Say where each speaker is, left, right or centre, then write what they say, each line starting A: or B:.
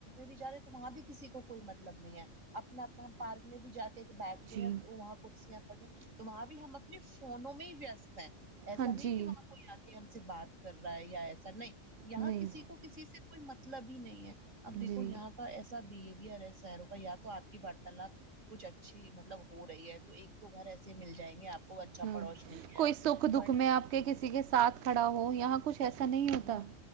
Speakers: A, on the right; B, on the right.
A: بھی جا رہے تو وہاں بھی کسی کو کوئی مطلب نہیں ہے اپنا اپنا ہم پارک میں بھی جا کے ایک بیٹھ رہی
B: جی
A: ہیں وہاں کرسیا پڑ گیا تو وہاں بھی ہم فونوں میں ہی ویست ہے ایسا
B: ہاں
A: نہیں
B: جی
A: کہ وہاں کوئی آ کے ہم سے بات کر رہا ہے یا ایسے سر نہیں یہاں
B: نہیں
A: کسی کو کسی سے کوئی مطلب ہی نہیں ہے اب دیکھو
B: جی
A: یہاں کا ایسا بہیویئر ہے شہروں کا یا تو آپ کی بڑ تلب کچھ اچھی مطلب ہو رہی ہے تو ایک دو گھر ایسے مل جائیں گے آپ کو اچھا
B: ہمم
A: پڑوس مل جائے
B: کوئی سکھ دکھ
A: ورنہ
B: میں آپ کے کسی کے ساتھ کھڑا ہو یہاں کچھ ایسا نہیں ہوتا
A: یہاں